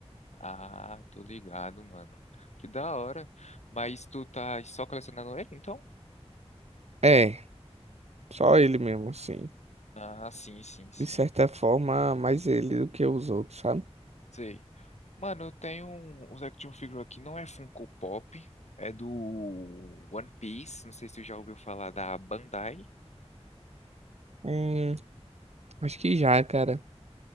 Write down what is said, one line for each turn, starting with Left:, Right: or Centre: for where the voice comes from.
Left: Ah, tô ligado, mano. Que da hora. Mas tu tá só colecionando ele, então?
Right: É, só ele mesmo, assim.
Left: Ah, sim, sim, sim.
Right: de certa forma, mais ele do que os outros, sabe?
Left: Sei. Mano, eu tenho um- uns action figure aqui, não é Funko Pop, é do One Piece, não sei se tu já ouviu falar da Bandai.
Right: Hum, acho que já, cara.